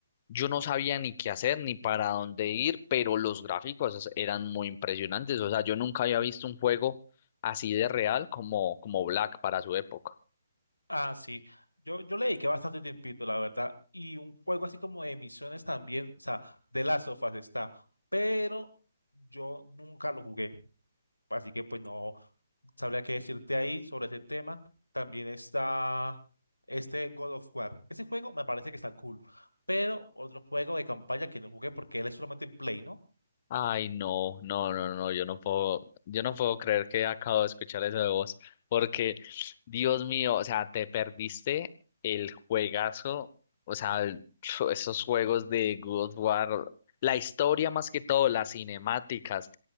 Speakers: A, on the left; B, on the left.
A: yo no sabía ni qué hacer ni para dónde ir, pero los gráficos es- eran muy impresionantes, o sea, yo nunca había visto un juego así de real como, como Black para su época.
B: Ah, sí. Yo, yo le dediqué bastante tiempito, la verdad. Y un juego así como de misiones también, o sea, de las sofas está. Pero yo nunca lo jugué. Así que pues no sabría qué decirte ahí sobre ese tema. También está este God of War. Ese juego me parece que está cool. Pero otro juego de campaña que no jugué porque él es solamente en Play, ¿no?
A: Ay, no, no, no, no, yo no puedo, yo no puedo creer que acabo de escuchar eso de vos, porque, Dios mío, o sea, te perdiste el juegazo, o sea, el- esos juegos de God of War, la historia más que todo, las cinemáticas,